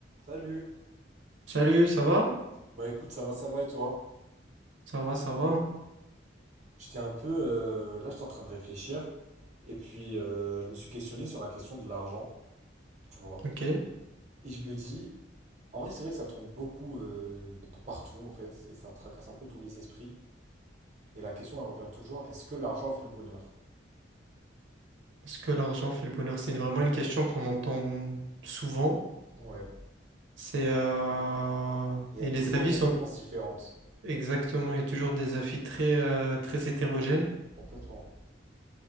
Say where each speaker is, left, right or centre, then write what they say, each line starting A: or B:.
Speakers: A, on the right (about 40°); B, on the right (about 75°).
A: Salut.
B: Salut, ça va?
A: Bah écoute, ça va, ça va et toi?
B: Ça va, ça va. hein.
A: J'étais un peu euh, là, j'étais en train de réfléchir et puis euh, je me suis questionné sur la question de l'argent, tu vois.
B: Ok. Est-ce
A: Et je me dis, en vrai, c'est vrai que ça tourne beaucoup euh, de partout en fait et ça tracasse un peu tous les esprits. Et la question, elle revient toujours, est-ce que l'argent fait le bonheur?
B: que l'argent fait le bonheur? C'est vraiment une question qu'on entend souvent.
A: Ouais.
B: C'est euh,
A: Il y
B: et
A: a toujours
B: les avis
A: des
B: sont
A: réponses différentes.
B: exactement. Il y a toujours des avis très euh, très hétérogènes.
A: Complètement.